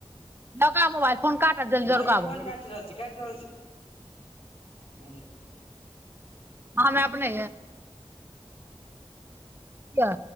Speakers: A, on the right (about 20°); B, on the left (about 75°).
A: ल' क' आ मोबाइल। फोन काटब जल्दी
B: हैया
A: रुकाबै
B: फोन काटि रहल छी। काटि रहल छी।
A: आहाँ में अपने या?